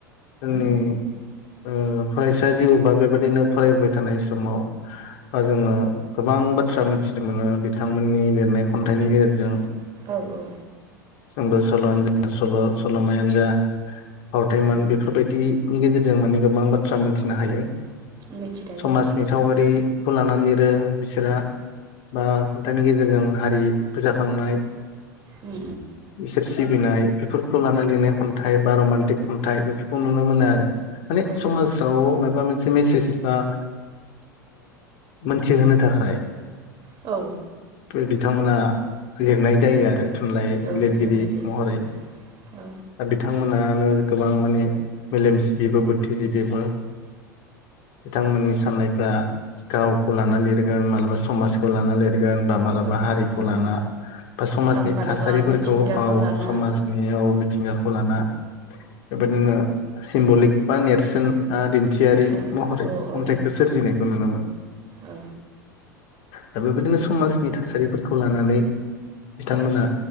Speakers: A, on the left; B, on the right.
A: जोंनि ओ फरायसा जिउ बा बेबायदिनो फरायबाय थानाय समाव बा जोङो गोबां बाथ्रा मिथिनो मोनो बिथांमोननि लिरनाय खन्थाइनि गेजेरजों
B: औ औ
A: सु'द सल'वानो जा सल' सल'मायानो जा फावथाइमोन
B: औ
A: बेफोरबायदि नि गेजेरजों माने गोबां बाथ्रा मिथिनो हायो
B: मिथिखायो
A: समाजनि
B: औ
A: सावगारि खौ लानानै लिरो बिसोरा बा खन्थाइनि गेजेरजों हारि फोजाखांनाय
B: उम
A: इसोर सिबिनाय बेफोरखौ लानानै लिरनाय खन्थाइ बा रमान्टिक खन्थाइ बेफोरखौ नुनो मोनो आ माने
B: उम
A: समाजाव माबा मोनसे मेसेज बा मिनथिहोनो थाखाय
B: औ
A: बे बिथांमोना लिरनाय जायो आरो थुनलाइ
B: औ
A: लिरगिरि
B: लिरनाय जायो
A: महरै
B: औ
A: दा बिथांमोनानो ओ गोबां माने मेलेमजबिबो बुद्विजिबि बिथांमोननि सि साननायफ्रा गावखौ लाना लिरगोन मालाबा समाजखौ लाना लिर' गोन' बा मालाबा
B: औ
A: हारिखौ
B: माबा
A: लाना बा समाजनि
B: मालाबा
A: थासारिफोरखौ
B: मिथिंगाखौ
A: औ
B: लाना
A: समाजनि औ मिथिंगाखौ लाना बेबायदिनो सिम्बलिक बा नेरसोन आ दिन' थियारि
B: औ
A: महरै
B: औ
A: खन्थाइखौ
B: औ
A: सोरजिनायखौ नुनो मोनो
B: औ
A: दा बेबायदिनो समाजनि थासारिफोरखौ लानानै बिथांमोना